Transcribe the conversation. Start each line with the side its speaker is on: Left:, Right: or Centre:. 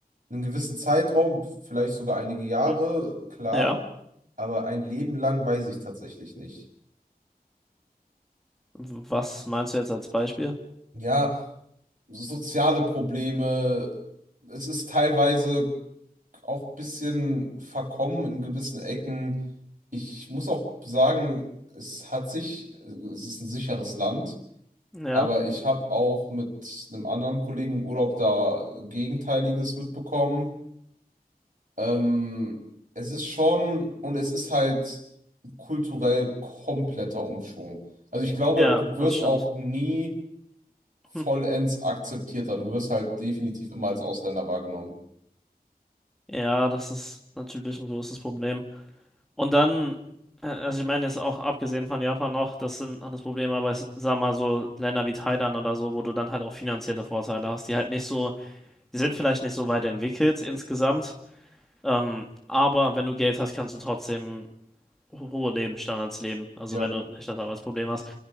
Right: einen gewissen Zeitraum, vielleicht sogar einige Jahre,
Centre: hm.
Right: klar,
Centre: Ja.
Right: aber ein Leben lang weiß ich tatsächlich nicht.
Centre: Was meinst du jetzt als Beispiel?
Right: Ja. soziale Probleme. Es ist teilweise auch ein bisschen verkommen in gewissen Ecken. Ich muss auch sagen, es hat sich, es ist ein sicheres Land,
Centre: Ja,
Right: aber ich habe auch mit einem anderen Kollegen im Urlaub da Gegenteiliges mitbekommen. Ähm, es ist schon, und es ist halt kulturell kompletter Umschwung. Also ich glaube,
Centre: ja,
Right: du
Centre: das
Right: wirst
Centre: stimmt.
Right: auch nie vollends
Centre: Hm.
Right: akzeptiert akzeptierter. Du wirst halt definitiv immer als Ausländer wahrgenommen.
Centre: Ja, das ist natürlich ein großes Problem. Und dann, äh, also ich meine jetzt auch abgesehen von Japan noch, das sind alles Probleme, aber ich sag mal so Länder wie Thailand oder so, wo du dann halt auch finanzielle Vorteile hast, die halt nicht so, die sind vielleicht nicht so weit entwickelt insgesamt, ähm, aber wenn du Geld hast, kannst du trotzdem ho- hohe Lebensstandards leben, also
Right: Ja.
Centre: wenn du nicht das Arbeitsproblem hast.